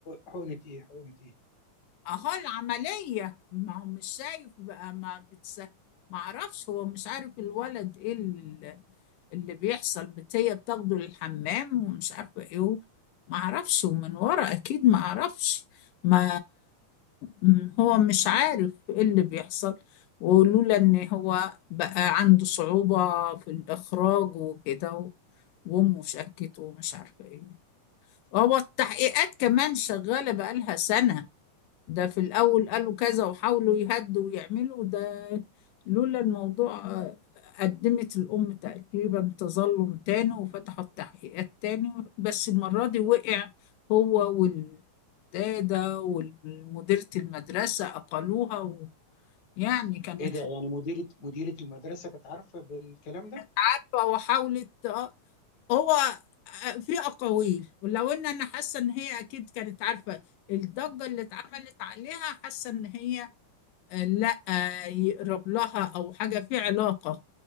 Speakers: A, on the left; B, on the left.
A: حقنة ايه حقنة ايه
B: اهو العملية ما هو مش شايف بقى ما بتس... ما اعرفش هو مش عارف الولد ايه اللي, اللي بيحصل بت- هي بتاخده للحمام ومش عارفة ايه و- ما اعرفش ومن ورا اكيد ما اعرفش ما م- هو مش عارف ايه اللي بيحصل ولولا ان هو بقى عنده صعوبة في الاخراج وكده و- وامه شكته ومش عارفة ايه هو التحقيقات كمان شغالة بقالها سنة ده في الأول قالوا كذا وحاولوا يهدوا ويعملوا ده لولا الموضوع آه، قدمت الأم تقريبا تظلم تاني وفتحت تحقيقات تاني بس المرة دي وقع هو والدادة ومديرة المدرسة أقلوها و... يعني كانت
A: ايه ده يعني مديرة مديرة المدرسة كانت عارفة بالكلام ده
B: فتوى وحاولت آه، هو آه، في أقاويل ولو إن أنا حاسة إن هي أكيد كانت عارفة الضجة اللي اتعملت عليها حاسة إن هي لا يقرب لها او حاجه في علاقه